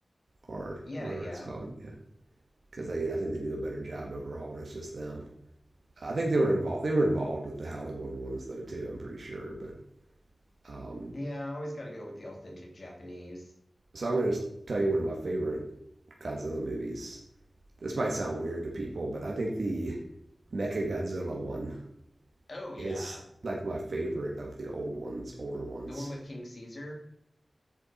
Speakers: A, on the right (about 75°); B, on the left (about 65°).
A: or
B: Yeah,
A: whatever
B: yeah.
A: it's called? Yeah, because they I think they do a better job overall when it's just them. I think they were involved. They were involved with the Howling World ones though too. I'm pretty sure. But um,
B: Yeah, I always gotta go with the authentic Japanese.
A: so I'm going to just tell you one of my favorite Godzilla movies. This might sound weird to people, but I think the Mechagodzilla one
B: Oh yeah.
A: is like my favorite of the old ones, older ones.
B: The one with King Caesar?